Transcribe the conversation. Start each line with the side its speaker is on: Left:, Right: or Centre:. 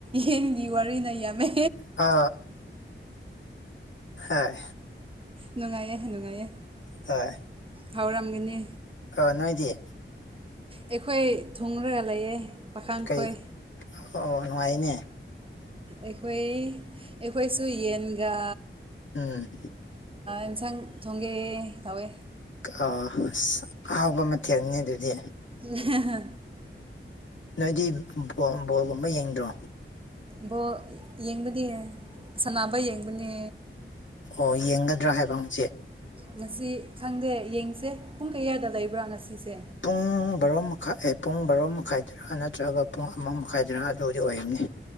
Right: ꯌꯦꯟꯒꯤ ꯋꯥꯔꯤꯅ ꯌꯥꯝꯃꯦ
Left: ꯑ ꯍ
Right: ꯅꯨꯡꯉꯥꯏꯌꯦꯍ ꯅꯨꯡꯉꯥꯏꯌꯦ
Left: ꯍ
Right: ꯈꯥꯎꯔꯝꯒꯅꯤ
Left: ꯑ ꯅꯣꯏꯗꯤꯌꯦ
Right: ꯑꯩꯈꯣꯏ ꯊꯨꯡꯔꯒ ꯂꯩꯌꯦꯦ ꯄꯥꯈꯥꯡꯈꯣꯏ
Left: ꯀꯩ ꯑꯣ ꯅꯨꯡꯉꯥꯏꯅꯦ
Right: ꯑꯩꯈꯣꯏ ꯑꯩꯈꯣꯏꯁꯨ ꯌꯦꯟꯒ
Left: ꯎꯝ
Right: ꯏꯟꯁꯥꯡ ꯊꯣꯡꯒꯦ ꯇꯧꯋꯦ
Left: ꯑ ꯑꯁ ꯑꯍꯥꯎꯕ ꯃꯊꯦꯜꯅꯤ ꯑꯗꯨꯗꯤ
Right: ꯍ
Left: ꯅꯣꯏꯗꯤ ꯕꯣꯜꯒꯨꯝꯕ ꯌꯦꯡꯗ꯭ꯔꯣ
Right: ꯕꯣ ꯌꯦꯡꯕꯅꯦ ꯁꯥꯟꯅꯕ ꯌꯦꯡꯕꯅꯦ
Left: ꯑꯣ ꯌꯦꯡꯒꯗ꯭ꯔꯥ ꯍꯥꯏꯕ ꯍꯪꯛꯆꯦ
Right: ꯉꯁꯤ ꯈꯪꯗꯦ ꯌꯦꯡꯁꯦ ꯄꯨꯡ ꯀꯌꯥꯗ ꯂꯩꯕ꯭ꯔꯥ ꯉꯁꯤꯁꯦ
Left: ꯄꯨꯡ ꯕꯥꯔꯣ ꯃꯈꯥꯏ ꯑꯦ ꯄꯨꯡ ꯕꯥꯔꯣ ꯃꯈꯥꯏꯗ ꯥ ꯅꯠꯇ꯭ꯔꯒ ꯄꯨꯡ ꯑꯃ ꯃꯈꯥꯏꯗ꯭ꯔꯥ ꯑꯗꯨꯗꯤ ꯑꯣꯏꯅꯤ